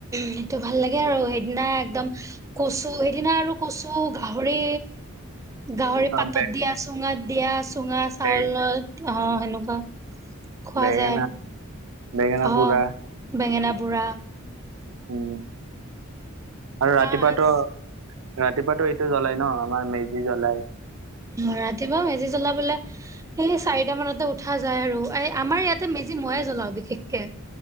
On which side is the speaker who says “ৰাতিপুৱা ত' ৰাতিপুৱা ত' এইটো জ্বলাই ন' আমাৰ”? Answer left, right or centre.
Right